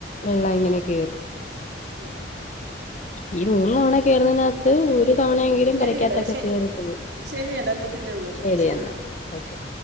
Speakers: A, on the left; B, on the right.
A: വെള്ളം ഇങ്ങനെയെ കയറും.
B: ഓ.
A: ഈ മൂന്ന് തവണ കയറുന്നതിനകത്ത് ഒരു. തവണയെങ്കിലും
B: ശരിയെടാ
A: പെരക്കാത്തൊക്കെ
B: ശ
A: കേറിട്ട് പോ.
B: ശരിയെടാ എന്നാൽ പിന്നെ വിളിക്കാം
A: ശരിയന്ന
B: ശരി
A: ഓക്കെ.